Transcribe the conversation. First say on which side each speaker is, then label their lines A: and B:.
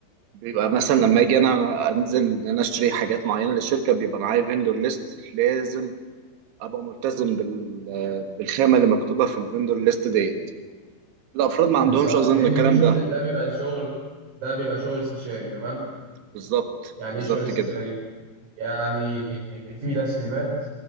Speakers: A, on the right (about 65°); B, on the right (about 40°).
A: بيبقى مثلا لما اجي انا انزل ان انا اشتري حاجات معينه للشركه بيبقى معايا فيندور ليست لازم ابقى ملتزم بال... بالخامه اللي مكتوبه في الفيندور ليست ديت الافراد ما عندهمش
B: بالظبط
A: اظن
B: لان
A: الكلام
B: في شغل
A: ده
B: ده بيبقى شغل ده بيبقى شغل استشاري تمام
A: بالظبط
B: يعني
A: بالظبط
B: ايه شغل استشاري
A: كده
B: يعني في تسليمات